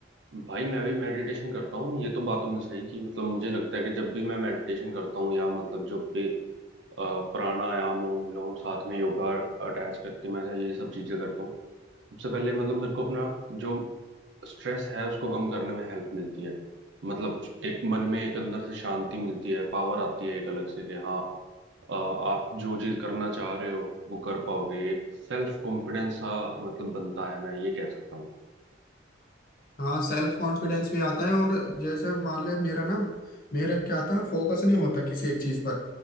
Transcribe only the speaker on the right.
भाई मैं भी मेडिटेशन करता हूँ ये तो बात तुमने सही की मतलब मुझे लगता है कि जब भी मैं मेडिटेशन करता हूँ या मतलब जब भी अ, प्राणायाम हो विलोम साथ में योगा अटैच करके मैं ये सब चीजें करता हूँ सबसे पहले मतलब मेरे को अपना जो स्ट्रेस है उसको कम करने में हेल्प मिलती है मतलब एक मन में एक अंदर से शांति मिलती है पावर आती है एक अलग से कि हाँ अ, आप जो चीज करना चाह रहे हो वो कर पाओगे एक सेल्फ कॉन्फिडेंस सा मतलब बनता है मैं ये कह सकता हूँ